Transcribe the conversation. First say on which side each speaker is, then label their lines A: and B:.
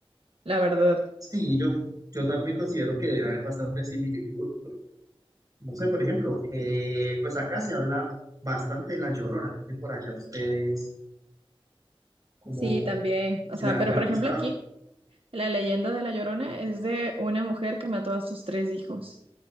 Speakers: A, on the right (about 70°); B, on the right (about 40°).
A: la verdad.
B: sí, yo, yo también considero que debe haber bastante similitud. No sé, por ejemplo, eh, pues acá se habla bastante de la Llorona, no sé por allá ustedes, como
A: Sí, también. O
B: si
A: sea,
B: la
A: pero
B: han
A: por
B: escuchado.
A: Claro. ejemplo aquí, la leyenda de La Llorona es de una mujer que mató a sus tres hijos